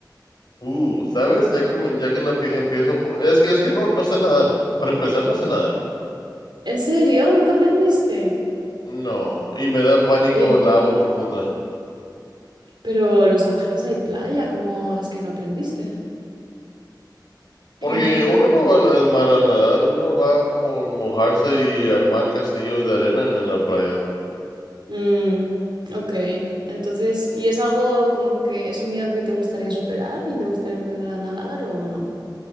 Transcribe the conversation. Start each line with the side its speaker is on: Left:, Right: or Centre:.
Left: Uh, ¿sabes? Ya que, me- ya que la pi- empiezo por- Es que, es que no, no sé nadar. Para empezar, no sé nadar.
Right: ¿En serio? ¿Nunca aprendiste?
Left: No, y me da pánico
Right: Oye,
Left: el agua profunda.
Right: Pero Los Ángeles hay playa, ¿cómo es que no aprendiste?
Left: Porque
Right: <clears throat>
Left: uno no va al, al mar a nadar, uno va a mo- mojarse y armar castillos de arena en, en la playa.
Right: Mm, ok, entonces, ¿y es algo como que es un miedo que te gustaría superar y te gustaría aprender a nadar o no?